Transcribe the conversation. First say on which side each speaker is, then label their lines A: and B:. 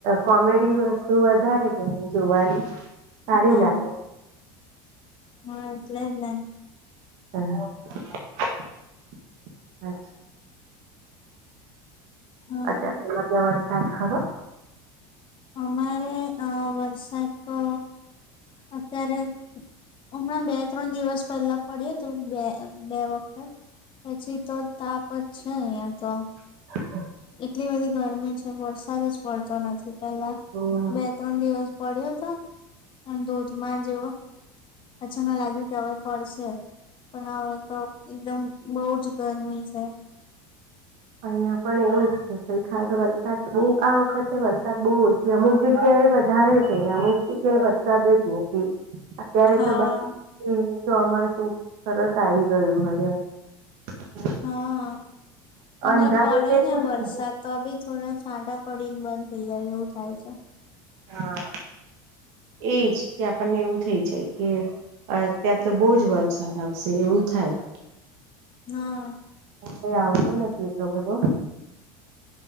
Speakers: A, on the right; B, on the left.
A: કોમેડી વસ્તુ વધારે જોવાની સારી
B: હા
A: લાગે.
B: હા એટલે જ ને
A: <unintelligible>
B: હા
A: અત્યાર તમાર તા વરસાદ ખરો?
B: અમારે અ વરસાદ તો અત્યારે હમણાં બે ત્રણ દિવસ પહેલા પડ્યો તો બે બે વખત પછી તો તાપ જ છે અહિયાં તો.
A: <unintelligible>
B: એટલી બધી ગરમી છે, વરસાદ જ પડતો નથી પેલા
A: હમ
B: બે ત્રણ દિવસ પડ્યો હતો અને ધોધમાર જેવો. અચ્છા મેં લાગ્યું કે હવે પડશે. પણ હવે તો એકદમ બહુ જ ગરમી છે.
A: અહિયાં પણ એવું જ છે, પણ ખાસ વરસાદ બહું આ વખતે વરસાદ બહુ ઓ એ અમુક જગ્યા એ વધારે છે, ને અમુક એ કે વરસાદ જ નથી અત્યારે
B: હા
A: તો બસ એ ચોમાસું સરસ આવી ગયું <unintelligible>
B: હા અને
A: અંધારું
B: પડે
A: તો એવું
B: ને વરસાદ
A: જ છે.
B: તો બી થોડા છાંટા પડીને બંધ થઇ જાય એવું થાય છે.
A: હા એ જ કે આપણને એવું થઇ જાય કે અત્યાર તો બહુ જ વરસાદ આવશે એવું થાય.
B: હમ્મ
A: પણ કાઈ આવતો નથી એટલો બધો.